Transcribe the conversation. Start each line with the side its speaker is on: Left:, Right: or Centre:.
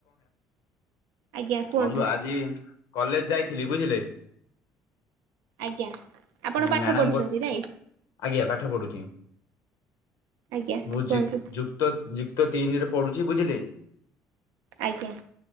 Right: ଆଜ୍ଞା କୁହନ୍ତୁ
Left: ବନ୍ଧୁ ଆଜି କଲେଜ ଯାଇଥିଲି ବୁଝିଲେ?
Right: ଆଜ୍ଞା। ଆପଣ ପାଠ
Left: ମ୍ୟାଡ଼ାମ
Right: ପଢୁଛନ୍ତି
Left: ଗୋଟେ
Right: ନାଇଁ
Left: ଆଜ୍ଞା ପାଠ ପଢୁଛି
Right: ଆଜ୍ଞା
Left: ମୁଁ
Right: କୁହନ୍ତୁ
Left: ତ ଯୁକ୍ତ ତିନିରେ ପଡୁଛି ବୁଝିଲେ?
Right: ଆଜ୍ଞା।